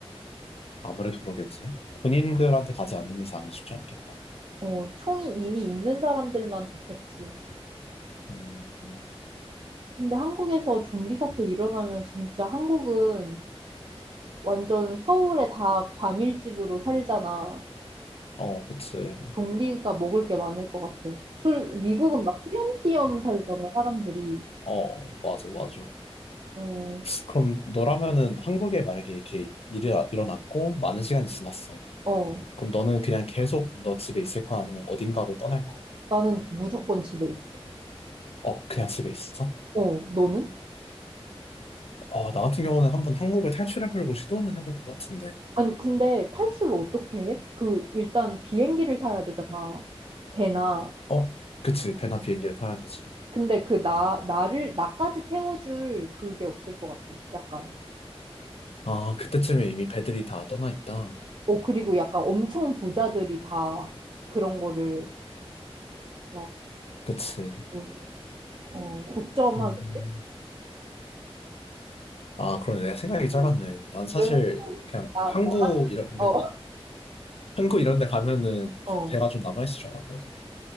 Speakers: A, on the left; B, on the right.
A: 아무래도 그러겠지. 군인들한테 가지 않는 이상은 쉽지 않겠다.
B: 어, 총이 이미 있는 사람들만 좋겠지.
A: 음, 음.
B: 근데 한국에서 좀비 사태 일어나면 진짜 한국은 완전 서울에 다 과밀집으로 살잖아.
A: 어, 그치.
B: 좀비가 먹을 게 많을 것 같아. 술, 미국은 막 띄엄띄엄 살잖아, 사람들이.
A: 어, 맞아, 맞아.
B: 어,
A: 그럼 너라면은 한국에 만약에 이렇게 일이 일어났고 많은 시간이 지났어.
B: 어,
A: 그럼 너는 그냥 계속 너 집에 있을 거야? 아니면 어딘가로 떠날 거야?
B: 나는 무조건 집에 있어.
A: 어, 그냥 집에 있어?
B: 어, 너는?
A: 어, 나 같은 경우는 한번 한국을 탈출해보려고 시도는 해볼 것 같은데.
B: 아니, 근데 탈출을 어떻게 해? 그, 일단 비행기를 타야 되잖아. 배나.
A: 어, 그치. 배나 비행기를 타야 되지.
B: 근데 그 나, 나를, 나까지 태워줄 그게 없을 것 같아. 약간.
A: 아, 그때쯤에 이미 배들이 다 떠나 있다.
B: 어, 그리고 약간 엄청 부자들이 다 그런 거를 막,
A: 그치.
B: 뭐, 어, 어, 독점하겠지?
A: 음. 아, 그러네. 내가 생각이 짧았네.
B: 어,
A: 난 사실
B: 그래가지고,
A: 그냥
B: 나,
A: 항구
B: 나,
A: 이런 데,
B: 어,
A: 항구 이런 데 가면은
B: 어,
A: 배가 좀 남아있을 줄 알았거든.